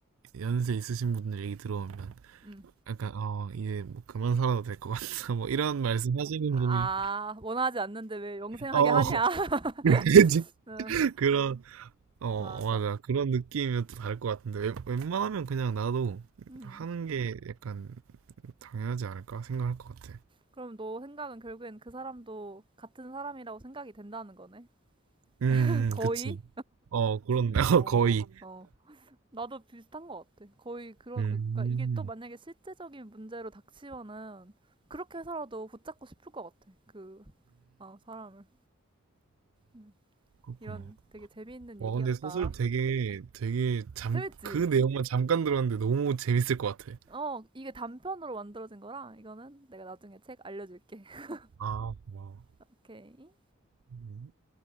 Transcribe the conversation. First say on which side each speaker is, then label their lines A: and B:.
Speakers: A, on the right (about 80°); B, on the right (about 25°).
A: 연세 있으신 분들 얘기 들어보면
B: 응.
A: 약간 어 이제 뭐 그만 살아도 될 것 같다 <laughs> 뭐 이런 말씀 하시는
B: 아,
A: 분이
B: 원하지 않는데 왜 영생하게
A: 어
B: 하냐? <laughs>
A: <laughs>
B: 응,
A: 그런 어 어,
B: 맞아.
A: 맞아 그런 느낌이면 또 다를 것 같은데 웬- 웬만하면 그냥 나도
B: 음.
A: 하는 게 약간 당연하지 않을까 생각할 것 같아
B: 그럼 너 생각은 결국엔 그 사람도 같은 사람이라고 생각이 된다는 거네?
A: 음
B: <laughs> 거의?
A: 그치 어 그렇네
B: 어,
A: <laughs> 어, 거의
B: 어. 나도 비슷한 것 같아. 거의 그런,
A: 음음어
B: 그러니까 이게 또 만약에 실제적인 문제로 닥치면은 그렇게 해서라도 붙잡고 싶을 것 같아. 그, 아, 사람을. 음.
A: 그렇구나
B: 이런 되게 재미있는
A: 와
B: 얘기였다.
A: 근데 소설 되게 되게 잠
B: 재밌지?
A: 그 내용만 잠깐 들었는데 너무 재밌을 것 같아
B: 어, 이게 단편으로 만들어진 거라 이거는 내가 나중에 책 알려줄게. <laughs>
A: 아 와.
B: 오케이.
A: 음.